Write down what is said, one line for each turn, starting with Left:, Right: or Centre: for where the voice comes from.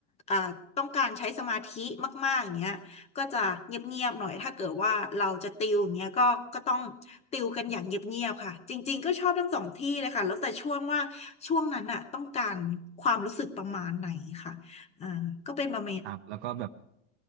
Left: อ่าต้องการใช้สมาธิมากๆอย่างเงี้ยก็จะเงียบๆหน่อยถ้าเกิดว่าเราจะติวอย่างเงี้ยก็ก็ต้องติวกันอย่างเงียบๆค่ะจริงๆก็ชอบทั้งสองที่เลยค่ะแล้วแต่ช่วงว่าช่วงนั้นน่ะต้องการความรู้สึกประมาณไหนค่ะอ่าก็เป็นประมาณ
Right: ครับแล้วก็แบบ